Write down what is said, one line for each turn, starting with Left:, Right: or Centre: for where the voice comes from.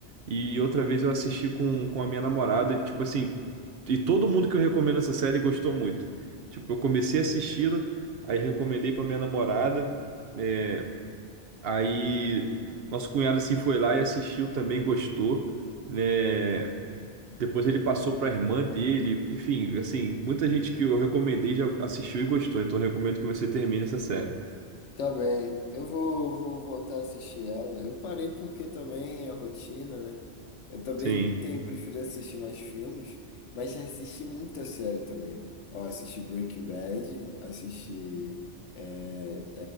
Right: e outra vez eu assisti com, com a minha namorada, tipo assim, e todo mundo que eu recomendo essa série gostou muito. Tipo, eu comecei a assisti-la, aí recomendei pra minha namorada. é, aí nosso cunhado assim foi lá e assistiu também, gostou, né? Depois ele passou pra irmã dele, enfim, assim, muita gente que eu recomendei já assistiu e gostou, então eu recomendo que você termine essa série.
Left: Tá bem, eu vou, vou voltar a assistir ela. Eu parei porque também a rotina, né? Eu também
Right: Sim.
Left: tenho preferido assistir mais filmes, mas já assisti muita série também. Ó, assisti Breaking Bad, assisti eh,